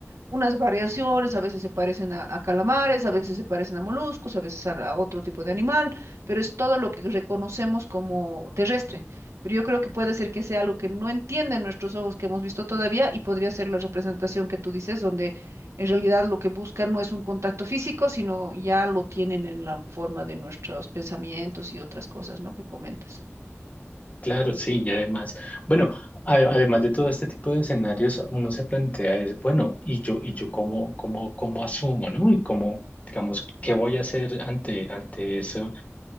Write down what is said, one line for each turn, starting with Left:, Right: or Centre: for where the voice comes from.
Right: unas variaciones, a veces se parecen a, a calamares, a veces se parecen a moluscos, a veces a, a otro tipo de animal, pero es todo lo que reconocemos como terrestre. Pero yo creo que puede ser que sea algo que no entienden nuestros ojos que hemos visto todavía y podría ser la representación que tú dices, donde en realidad lo que buscan no es un contacto físico, sino ya lo tienen en la forma de nuestros pensamientos y otras cosas, ¿no? Que comentas.
Left: Claro, sí, y además, bueno, a- además de todo este tipo de escenarios, uno se plantea es, bueno, ¿y yo, y yo cómo, cómo, cómo asumo, ¿no? Y cómo, digamos, ¿qué voy a hacer ante, ante eso?